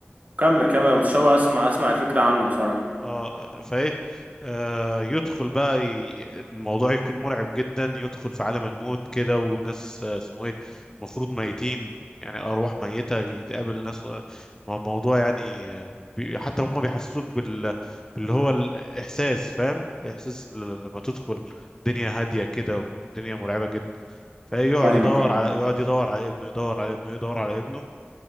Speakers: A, on the right; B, on the left.
A: كمل كمل أنا متشوق اسمع اسمع الفكرة عنه بصراحة
B: اه آه، فايه آه يدخل بقى ي... الموضوع يكون مرعب جدا يدخل في عالم الموت كده والناس آه، اسمه ايه المفروض ميتين يعني ارواح ميتة يتقابل ناس آه، مع الموضوع يعني آه، بي... حتى هم بيحسسوك بال... باللي هو الاحساس فاهم احساس ل- لما تدخل دنيا هادية كده ودنيا مرعبة جدا فيقعد
A: فاهمك
B: يدور
A: اه
B: على يقعد يدور على ابنه يدور على ابنه يدور على ابنه